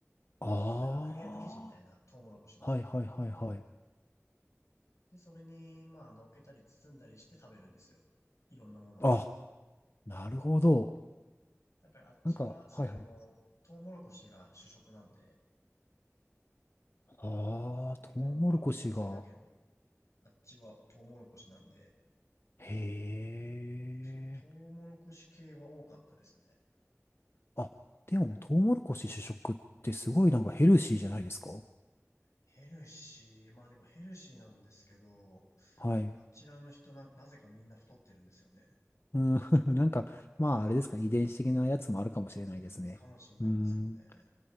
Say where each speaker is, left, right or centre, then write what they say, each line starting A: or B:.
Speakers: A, on the left (about 50°); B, on the left (about 80°).
A: あ
B: なんかクレープ生地みたいな、トウモロコシの。
A: あ。はいはいはいはい。
B: で、それに、まあ、乗っけたり包んだりして食べるんですよ。いろんなものを。
A: あ、なるほど。
B: だからあっちは、
A: なんか、
B: その、
A: はいはい。
B: トウモロコシが主食なんで、
A: ああ、
B: 日本はお米だけど、
A: トウモロコシが。
B: あっちはトウモロコシなんで、
A: へえ。
B: そういうトウモロコシ系は多かったですね。
A: あ、でも、トウモロコシ主食ってすごいなんかヘルシーじゃないですか
B: ヘルシー。まあでもヘルシーなんですけど、
A: はい。
B: あちらの人な、なぜかみんな太ってるんですよね。
A: うん、<laughs> なんか、まあ、あれですか、遺伝子的なやつもあるかもしれないですね。
B: うん、かもしんないんですけどね。
A: うん。